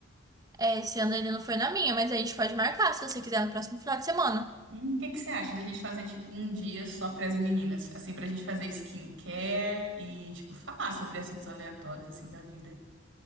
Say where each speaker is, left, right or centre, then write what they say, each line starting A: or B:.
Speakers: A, on the right (about 20°); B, on the right (about 75°).
A: É, esse ano ainda não foi na minha, mas a gente pode marcar se você quiser no próximo final de semana.
B: Hum, O que que você acha da gente fazer, tipo, um dia só para as meninas? Assim, pra gente fazer skincare e, tipo, falar sobre assuntos aleatórios, assim, da vida.